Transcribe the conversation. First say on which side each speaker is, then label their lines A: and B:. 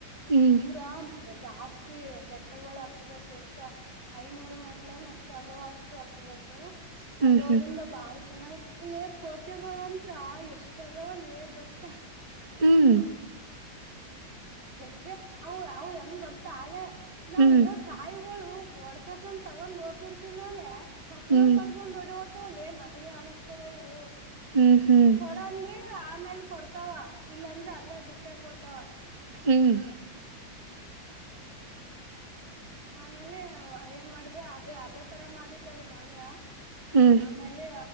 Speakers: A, on the right (about 50°); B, on the right (about 75°).
A: ಹ್ಮ್
B: ಅಂದ್ರು ಆ ಬೆ ಜಾಸ್ತಿ ಬೆಟ್ಟಗೊಳ್ ಹತ್ತಬೇಕು ಎಷ್ಟು ಐನೂರು ಮೆಟ್ಲೆನ್ ಎಷ್ಟ್ ಅದು ಅಷ್ಟು ಹತ್ತಬೇಕು.
A: ಹ್ಮ್
B: ಅಲ್ಲೊದಿಂದ
A: ಹ್ಮ್
B: ಬಾರ್ ಚೆನ್ನಾಗ ಲ್ಲೇ ಕೋತಿಗಳಂತ್ರ ಎಷ್ಟ ಅದಾವ ಲೇ ಗೊತ್ತಾ?
A: ಹ್ಮ್
B: ಜಗ್ಗೆ ಅವು ಅವು ಹೆಂಗ್ ಗೊತ್ತ ಅಲೇ ನಾವ್
A: ಹ್ಮ್
B: ಇನ್ನ ಕಾಯಿಗೊಳು ವು ಹೊಡ್ಸಕಂತ್ ತಗೊಂಡ್ ಓತಿರ್ತಿವಿ ನೋಡ್ಲೆ ಕಸ್ಗನ್
A: ಹ್ಮ್
B: ಕಸ್ಗೊಂಡ್ ಓಡೆ ಓ ತೊ ಲೆ ನಮಗೆ ಅಣಗ್ಸ್ತವವು.
A: ಹ್ಮ್ ಹ್ಮ್
B: ಕೊಡಂದ್ರೆ ಆ ನ್ನೊಂದ್ ಕೊಡ್ತಾವ ಇಲ್ಲಾಂದ್ರೆ ಅಲ್ಲೇ ಬಿಟ್ಟಾಕ್ ಹೋತಾವ.
A: ಹ್ಮ್
B: ಆಮೇಲೆ ಏನ್ಮಾಡಿದೆ ಅದೇ ಅದೇ ತರ ಮಾಡಿತ್ತದು ಮಂಗ.
A: ಹ್ಮ್
B: ಆಮೇಲೆ